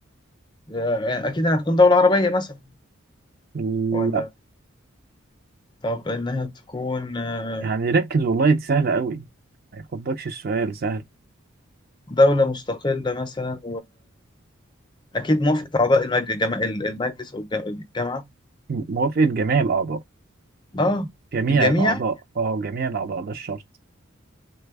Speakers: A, on the left; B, on the right.
A: آه، أكيد إنها تكون دولة عربية مثلا
B: لا
A: ولا طب إنها تكون آه،
B: يعني ركز والله دي سهلة قوي ما يخضكش السؤال سهل
A: دولة مستقلة مثلا أكيد موافقة أعضاء المجلس جما... المجلس والجامعة
B: م- موافقة جميع الأعضاء
A: آه
B: جميع
A: الجميع
B: الأعضاء اه جميع الأعضاء ده الشرط